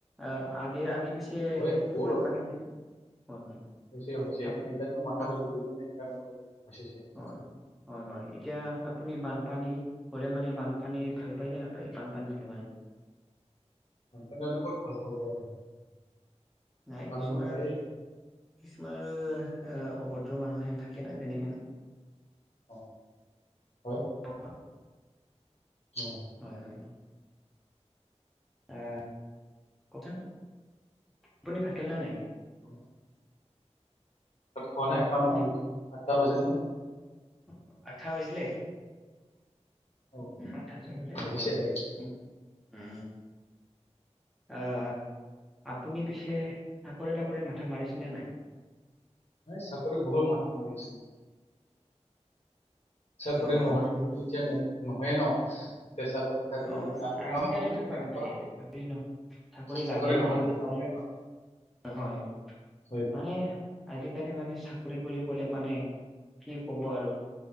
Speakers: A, in the centre; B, on the left.
A: অ আগে আগে পিছে
B: হয় বহুত
A: বানপানী
B: হয়
A: হৈছে? হয় হয়।
B: হৈছে হৈছে,
A: আপ
B: ইতিয়াটো মাথাউৰি
A: আপ
B: দিদিলে নাই, ইতিয়া হৈছে হৈছে।
A: হয় হয় হয়, এতিয়া আপুনি বানপানী হলে মানে বানপানী ভাল পায় নে নাপায় বানপানী হলে মানে?
B: বানপানী হ'লে ক'ত ভাল পাব আৰু?
A: নাই
B: ভাল
A: কিছুমান
B: নাপায়ে
A: কিছুমান আৰু অভদ্ৰ মানুহেন থাকে না যেনেহেন-
B: অঁ, হয়।
A: অ অ।
B: অঁ।
A: হয় হয়। অঁ কওকচোন, আপুনি ভাত খালেনা নাই?
B: অঁ'। তাত খোৱা নাই খাম
A: আপুনি
B: আৰু এতিয়া, আঠটা বাজিল ন।
A: অ অ আঠঠা বাজিলে?
B: অ
A: আঠাইলে গলে
B: বাজিছে
A: হয়,
B: বাজিছে
A: উম উম। অ' আপুনি পিছে চাকৰি তাকৰি মাথা মাৰিছেনে নাই?
B: এই চাকৰি বহুত মথা মাৰি আছো। চাকৰী
A: অ',
B: কৰি নহলেটো এতিয়া নহয়ে ন। এতিয়া চাকৰি থাকিলেহে
A: অ'।
B: আমি
A: আজিকালিতো
B: পাম আৰু
A: বাপৰে
B: এনেকুৱা,
A: চাকৰি ন
B: চাকৰি
A: লাগেই
B: নহলে-
A: মানে চাকৰি
B: টো নাপায় ন।
A: হয়,
B: হয়
A: মানে- আজিকালি মানে চাকৰি বুলি ক'লে মানে কি কব আৰু?